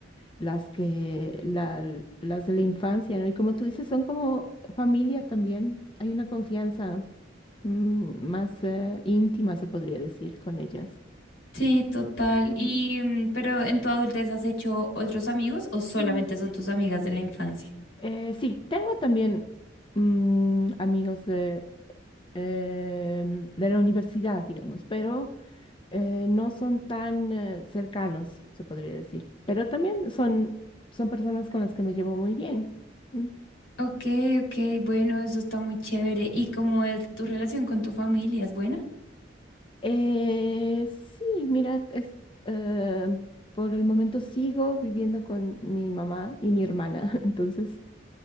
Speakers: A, on the left; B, on the left.
A: las que, la, las de la infancia, ¿no? Y como tú dices, son como familia también. Hay una confianza mm, más eh, íntima, se podría decir, con ellas.
B: Sí, total.
A: Ujú.
B: Y, mm, pero en tu adultez has hecho otros amigos o solamente
A: Mm.
B: son tus amigas de la infancia?
A: Eh, sí, tengo también mm, amigos de, em, de la universidad, digamos, pero eh, no son tan eh, cercanos, se podría decir. Pero también son, son personas con las que me llevo muy bien. Mm.
B: Ok, ok, bueno, eso está muy chévere. ¿Y cómo es tu relación con tu familia? ¿Es buena?
A: Eh, sí, mira, es, eh, por el momento sigo viviendo con mi mamá y mi hermana, <laughs> entonces